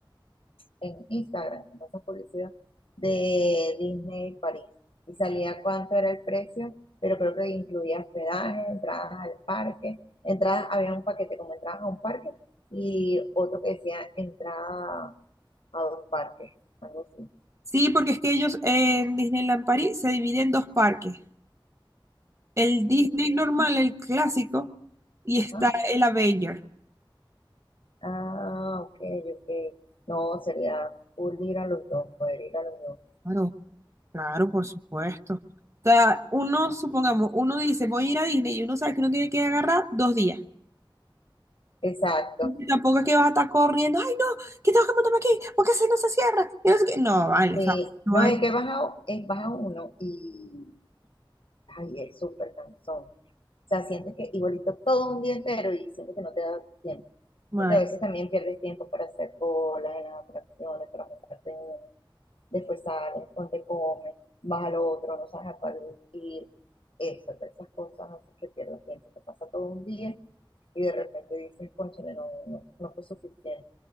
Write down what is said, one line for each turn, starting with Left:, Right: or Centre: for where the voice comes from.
Left: en Instagram, como esa publicidad de Disney París. Y salía cuánto era el precio, pero creo que incluía hospedaje, entradas al parque, entradas, había un paquete como entradas a un parque y otro que decía entrada a dos parques, algo así.
Right: Sí, porque es que ellos eh, en Disneyland París se dividen en dos parques. El Disney
Left: Y,
Right: normal, el clásico, y está
Left: Ajá.
Right: el Avenger.
Left: Ah, ok, ok. No, sería cool ir a los dos, poder ir a los dos.
Right: Claro, claro, por supuesto. O sea, uno, supongamos, uno dice, voy a ir a Disney y uno sabe que uno tiene que agarrar dos días.
Left: Exacto.
Right: Y Tampoco es que vas a estar corriendo, ay no, que tengo que montarme aquí, porque si no se cierra. y no sé qué". No, vale,
Left: Sí,
Right: o sea, no
Left: no,
Right: es
Left: es que baja, es baja uno y ay, es súper cansón. O sea, sientes que igualito todo un día entero y sientes que no te da tiempo.
Right: normal.
Left: Porque a veces también pierdes tiempo para hacer colas en las atracciones, para montarte en uno. Después sales, ponte comes, vas al otro, no sabes a cuál ir. Eso, todas esas cosas así que pierdes tiempo. Te pasa todo un día y de repente dices, cónchale, no, no, no fue suficiente.